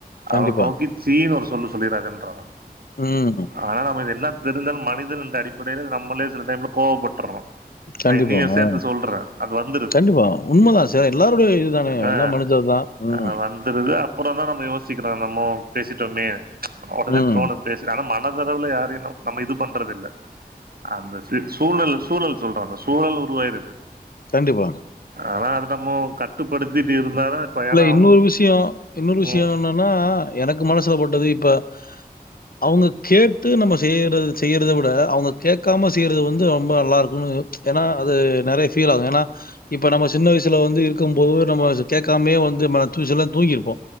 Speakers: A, on the left (about 65°); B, on the right (about 70°).
A: கண்டிப்பா.
B: அவ நோக்கிப் சீன்னு ஒரு சொல்லு சொல்லீறாதன்றாங்க
A: ம்
B: ஆனா நம்ம இதெல்லா தெரிந்தாலு மனிதன் என்ற அடிப்படையில நம்மலே சில டைம்ல கோவப்பட்டர்றோ நா
A: கண்டிப்பா,
B: என்னையு சேர்த்து
A: ஆ.
B: சொல்ற அது வந்துருது
A: கண்டிப்பா. உண்மதான் சார். எல்லாருடைய இதுதானே.
B: ஆ
A: எல்லா மனிதர் தான். ம்,
B: ஆவன் த்தரது அப்பறோ தா நம்ம யோசிக்கறோ நம்மோ பேசிட்டோமே உடனே
A: ம்.
B: தோணுது பேசிட் அனா மன தளவுல யாரையுனு நம்ம இது பண்றதுல்ல அந்த சி சூழல் சூழல் சொல்ற அந்த சூழல் உருவாயிருது
A: கண்டிப்பா
B: ஆனா அது நம்மே கட்டுப்படுத்தீட்டு இருந்தாதா இப்ப
A: இல்ல
B: ஏன்னா
A: இன்னொரு
B: அவங்களுக்கு
A: விஷயோ இன்னொரு விஷயோ
B: ம்
A: என்னன்னா எனக்கு மனசுல பட்டது இப்ப அவுங்க கேட்டு நம்ம செய்ற செய்றத விட அவுங்க கேக்காம செய்றது வந்து ரொம்ப நல்லாயிருக்குன்னு ஏன்னா அது நெறைய ஃபீல் ஆது ஏன்னா இப்ப நம்ம சின்ன வயசுல வந்து இருக்கும் போது நம்ம கேக் காமே வந்து மற்று விஷயலா தூங்கிருப்போ